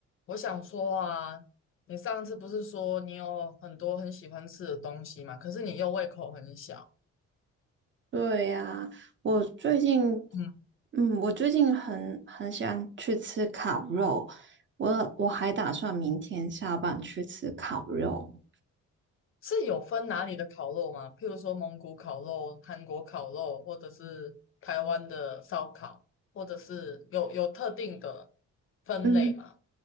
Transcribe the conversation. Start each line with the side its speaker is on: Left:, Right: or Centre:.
Left: 我想说啊，你上次不是说你有很多很喜欢吃的东西嘛？可是你又胃口很小，
Right: 对呀，我最近，
Left: 嗯，
Right: 嗯，我最近很很喜欢去吃烤肉，我我还打算明天下班去吃烤肉。
Left: 是有分哪里的烤肉吗？譬如说蒙古烤肉、韩国烤肉，或者是台湾的烧烤，或者是有有特定的分类吗？
Right: 嗯